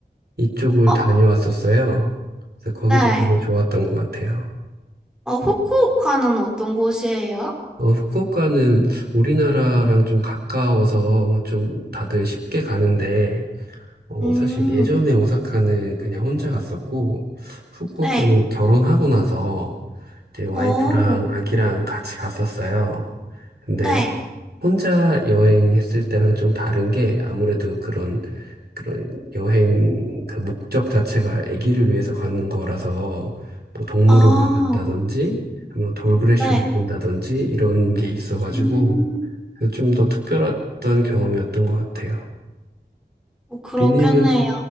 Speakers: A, on the right; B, in the centre.
A: 이쪽을
B: 어,
A: 다녀왔었어요. 그래서 거기도
B: 네.
A: 되게 좋았던 것 같아요.
B: 어, 후쿠오카는 어떤 곳이에요?
A: 어, 후쿠오카는 우리나라랑 좀 가까워서 좀 다들 쉽게 가는데, 어,
B: 음,
A: 사실 예전에 오사카는 그냥 혼자 갔었고, 후쿠오카는
B: 네.
A: 결혼하고 나서 제 와이프랑
B: 어,
A: 아기랑 같이 갔었어요. 근데
B: 네.
A: 혼자 여행했을 때랑 좀 다른 게 아무래도 그런 그런 여행 그 목적 자체가 아기를 위해서 가는 거라서 뭐 동물원을
B: 아,
A: 간다든지 뭐 돌그래쇼를
B: 네.
A: 본다든지 이런 게 있어가지고
B: 음,
A: 좀 더 특별했던 경험이었던 것 같아요.
B: 어, 그렇겠네요.
A: 비님은